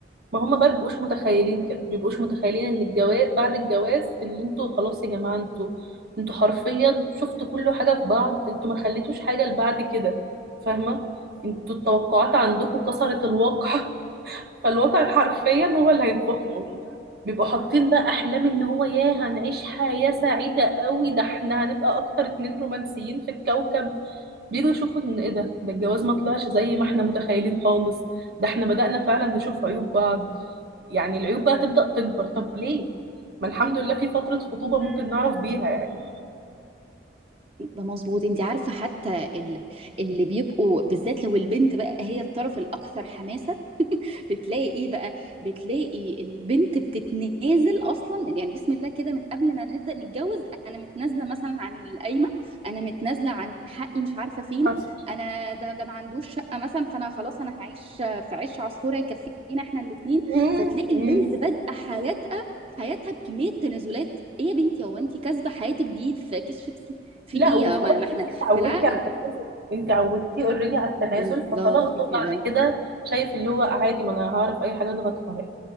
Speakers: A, on the right; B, on the right.
A: ما هما بقى بيبقوش متخيلين كده بيبقوش متخيلين ان الجواز بعد الجواز اللي انتوا خلاص يا جماعه انتوا انتوا حرفيا شفتوا كل حاجه في بعض انتوا ما خليتوش حاجه لبعد كده فاهمه انتوا التوقعات عندكم كسرت الواقع <laughs> فالواقع حرفيا هو اللي هيطبخه بيبقوا حاطين بقى احلام ان هو ياه هنعيش حياة سعيدة قوي ده احنا هنبقى اكتر اتنين رومانسيين في الكوكب بيجوا يشوفوا ان ايه ده ده الجواز ما طلعش زي ما احنا متخيلين خالص ده احنا بدأنا فعلا نشوف عيوب بعض يعني العيوب بقى تبدأ تكبر طب ليه ما الحمد لله في فترة خطوبة ممكن نعرف بيها يعني
B: ده مظبوط انت عارفه حتى ال- اللي بيبقوا بالذات لو البنت بقى هي الطرف الاكثر حماسه بتلاقي ايه بقى بتلاقي البنت بتتنازل اصلا من يعني بسم الله كده من قبل ما نبدا نتجوز انا متنازله مثلا عن القايمه انا متنازله عن حقي مش عارفه فين
A: حصل
B: انا ده ده ما عندوش شقه مثلا فانا خلاص انا هعيش في عيش عصفوره يكفينا احنا الاثنين
A: <laughs>
B: فتلاقي البنت بادئه حياتها حياتها بكميه تنازلات ايه يا بنتي هو انت كاسبه حياتك دي في كيس شيبسي في
A: لا
B: ايه
A: وخلاص
B: ما, ما احنا
A: انت اتعودتي
B: بالعقل
A: على التنازل انت عودتيه اوريدي على التنازل
B: بالظبط
A: فخلاص
B: كده
A: هو بعد كده شايف اللي هو عادي ما انا هعرف اي حاجه اضغط قهر